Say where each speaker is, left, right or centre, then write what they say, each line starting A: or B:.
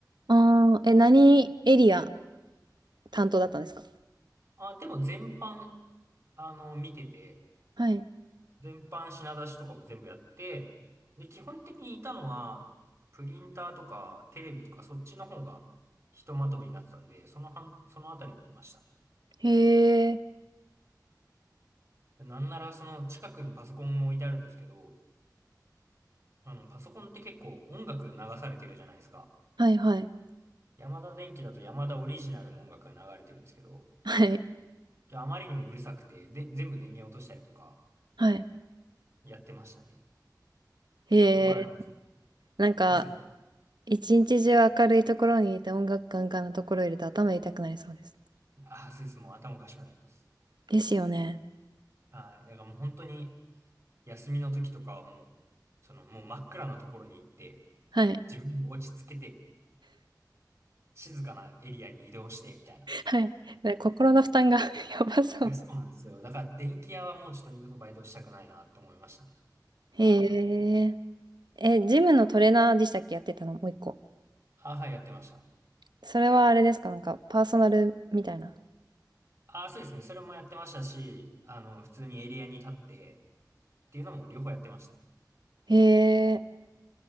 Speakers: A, on the right (about 85°); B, on the right (about 35°).
A: ああ、え、何エリア担当だったんですか
B: あ、でも全般、あの、見てて、
A: はい。
B: 全般品出しとかも全部やって、で、基本的にいたのは、プリンターとかテレビとかそっちの方がひとまとめになってたんで、その半、そのあたりにいましたね。
A: へえ、
B: なんならその近くにパソコンも置いてあるんですけど、あの、パソコンって結構音楽流されてるじゃないですか。
A: はいはい。
B: ヤマダ電機だとヤマダオリジナルの音楽が流れてるんですけど、
A: はい、
B: あまりにもうるさくて、で、全部電源落としたりとか
A: はい。
B: やってましたね。
A: へえ。
B: 怒られました。
A: なんか、
B: 消すな。
A: 一日中明るいところにいて音楽ガンガンのところいると頭痛くなりそうです。
B: ああ、そうです。もう頭おかしくなります。
A: ですよね。
B: はい。だからもう本当に、休みの時とかはもう、そのもう真っ暗なところに行って、
A: はい。
B: 自分を落ち着けて、静かなエリアに移動して、みたいな。
A: はい。で心の負担が <laughs> やばそう。
B: いや、そうなんですよ。だから電気屋はもうちょっと二度とバイトしたくないなと思いましたね。
A: へ
B: あの時。
A: え。え、ジムのトレーナーでしたっけやってたのもう一個。
B: あ、はい、やってました。
A: それはあれですかなんか、パーソナルみたいな。
B: あ、そうですね。それもやってましたし、あの、普通にエリアに立ってっていうのも両方やってました。
A: へえ。